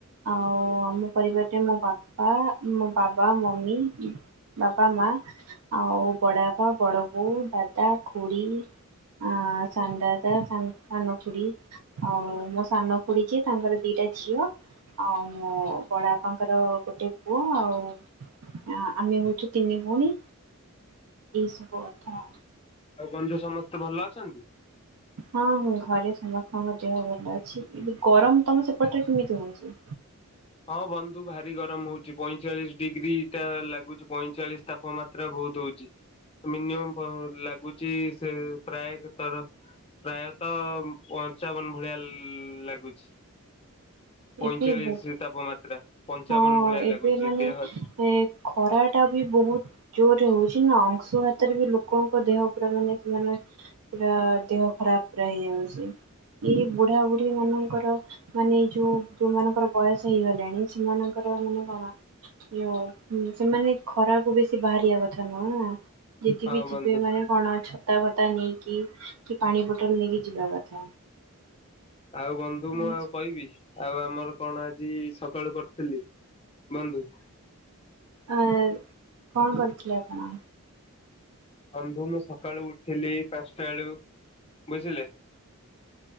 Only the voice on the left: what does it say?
ଆଉ ବନ୍ଧୁ ସମସ୍ତେ ଭଲ ଅଛନ୍ତି?
ହଁ ବନ୍ଧୁ ଭାରି ଗରମ ହଉଛି ପଇଁଚାଳିଶ ଡ଼ିଗ୍ରୀ ଟା ଲାଗୁଛି ପଇଁଚାଳିଶ ତା ପମାତ୍ରା ବୋହୁତୁ ହୋଉଛି ମିନିମମ୍ ପ ଲାଗୁଛି ସେ ପ୍ରାୟ ତର ପ୍ରାୟତଃ ପଞ୍ଚାବନ ଭଳିଆ ଲାଗୁଛି। ପଇଁଚାଳିଶି
ତାପମାତ୍ରା ପଞ୍ଚାବନ
ଭଳିଆ ଲାଗୁଛି
ଦେହ
ହଁ ବନ୍ଧୁ
ଆଉ ବନ୍ଧୁ
ମୁଁ ଆଉ କହିବି? ଆଉ ଆମର କଣ ଆଜି ସକାଳୁ କରିଥିଲି ବନ୍ଧୁ?
ବନ୍ଧୁ ମୁଁ ସକାଳୁ ଉଠିଲି ପାଞ୍ଚଟା ଏଳୁ ବୁଝିଲେ?